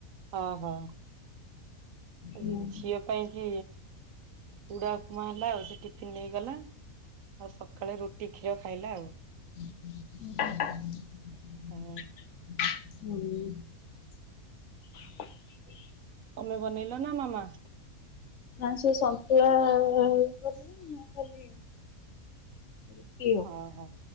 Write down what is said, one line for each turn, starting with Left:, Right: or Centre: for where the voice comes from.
Right: ଓ ହୋ।
Left: ହୁଁ
Right: ସେ ଝିଅ ପାଇଁ କି ଚୁଡା ଉପମା ହେଲା ଆଉ ସେ ଟିଫିନ ନେଇଗଲା। ଆଉ ସକାଳେ ରୁଟି କ୍ଷୀର ଖାଇଲା ଆଉ।
Left: <unintelligible>
Right: ଆଉ।
Left: ହୁଁ।
Right: ତମେ ବନେଇଲ ନା ମାମା?
Left: ନା ସେ ସନ୍ତୁଳା ଆ କଲେ ମୁଁ ଖାଲି ରୁଟି ଆଉ।
Right: ଓହୋ